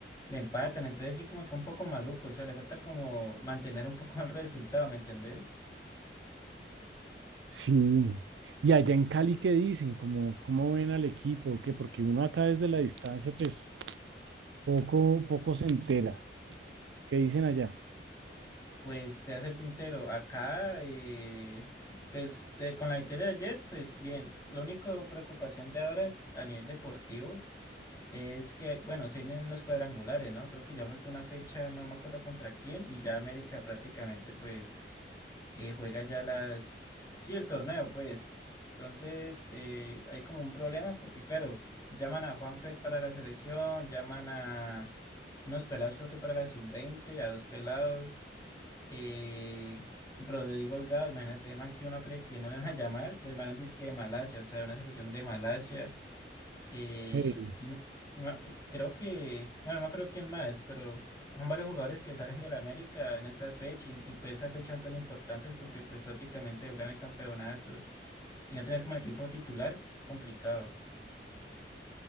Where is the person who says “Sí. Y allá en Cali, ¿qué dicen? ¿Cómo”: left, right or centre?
Right